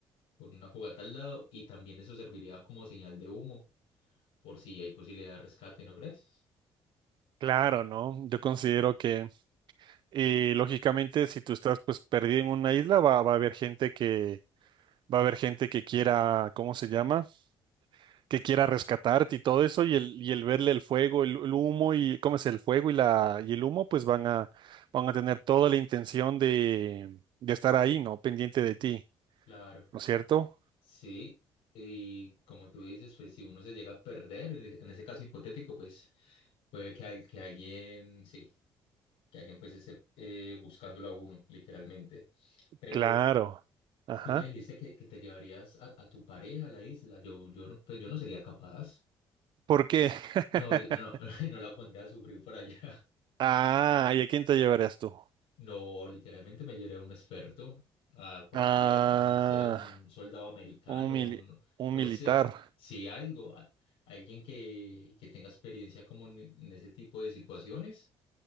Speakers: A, on the left; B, on the right.
A: con una fogata al lado y también eso serviría como señal de humo, por si hay posibilidad de rescate, ¿no crees?
B: claro, ¿no? Yo considero que, eh, lógicamente, si tú estás pues perdido en una isla, va, va a haber gente que Va a haber gente que quiera, ¿cómo se llama? Que quiera rescatarte y todo eso, y el, y el verle el fuego, el, el humo y, ¿cómo es? El fuego y la, y el humo, pues van a, van a tener toda la intención de, de estar ahí, ¿no? Pendiente de ti,
A: Claro.
B: ¿no es cierto?
A: Sí, y como tú dices, pues si uno se llega a perder, en e- en ese caso hipotético, pues puede que, al- que alguien, sí, que alguien pues esté eh, buscándolo a uno, literalmente. Pero
B: Claro. Ajá.
A: tú me dijiste que, que te llevarías a, a tu pareja a la isla. Yo, yo no, pues yo no sería capaz.
B: ¿Por qué? <laughs>
A: No, yo no, <laughs> no la pondría a sufrir por allá.
B: Ah, ¿y a quién te llevarías tú?
A: No, literalmente me lloré a un experto, a cualquier,
B: Ah,
A: no sé, un soldado americano,
B: un mili-
A: un-
B: un
A: no
B: militar.
A: sé, <laughs> sí, algo, a- alguien que, que tenga experiencia como en, en ese tipo de situaciones